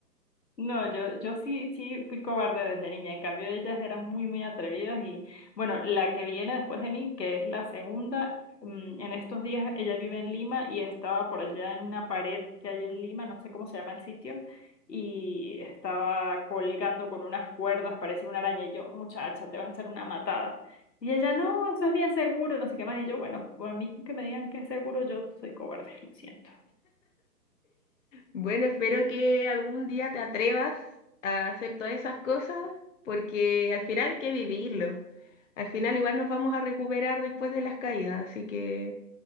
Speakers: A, on the left; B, on the left.
A: No, yo, yo sí, sí fui cobarde desde niña. En cambio, ellas eran muy, muy atrevidas y bueno, la que viene después de mí, que es la segunda, mm, en estos días ella vive en Lima y estaba por allá en una pared que hay en Lima, no sé cómo se llama el sitio, y estaba colgando con unas cuerdas, parecía una araña, y yo, muchacha, te vas a echar una matada. Y ella, no, eso es bien seguro, no sé qué más. Y yo, bueno, pues a mí que me digan que es seguro, yo soy cobarde, lo siento.
B: Bueno, espero que algún día te atrevas a hacer todas esas cosas, porque al final hay que vivirlo. Al final igual nos vamos a recuperar después de las caídas, así que